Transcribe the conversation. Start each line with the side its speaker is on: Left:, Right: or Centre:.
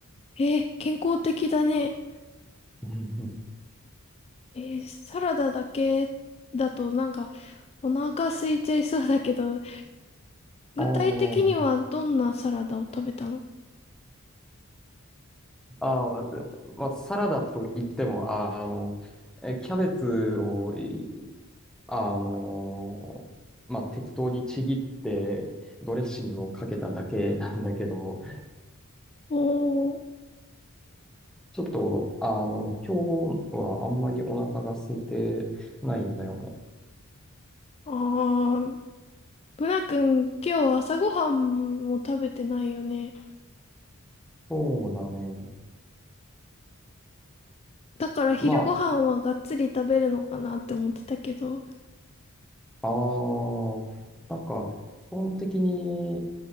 Left: えー健康的だね。
Centre: うんうん。
Left: えーサラダだけだとなんかお腹空いちゃいそうだけど、具体的にはどんなサラダを食べたの
Centre: あーあー、まあ、サラダといっても、ああの、えキャベツをい、あの、まあ、適当にちぎって、ドレッシングをかけただけなんだけど、
Left: おー、
Centre: ちょっと、あの、今日はあんまりお腹が空いてないんだよね。
Left: あー、ブナ君今日朝ごはんも食べてないよね。
Centre: そうだね。
Left: だから昼ごはんはがっつり食べるのかなって思ってたけど、
Centre: まあ、あー、なんか、基本的に、